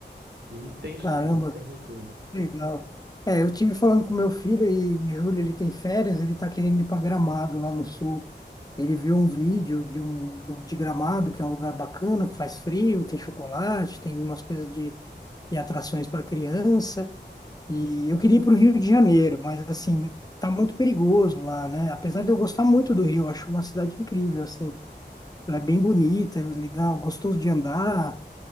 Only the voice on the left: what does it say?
caramba,
legal. É, eu tive falando com meu filho e em julho ele tem férias, ele tá querendo ir para Gramado lá no sul. Ele viu um vídeo de um do- de Gramado, que é um lugar bacana, que faz frio, tem chocolate, tem umas coisas de, de atrações para criança. E eu queria ir para o Rio de Janeiro, mas assim, tá muito perigoso lá, né? Apesar de eu gostar muito do Rio, eu acho uma cidade incrível, assim. Ela é bem bonita, é legal, gostoso de andar.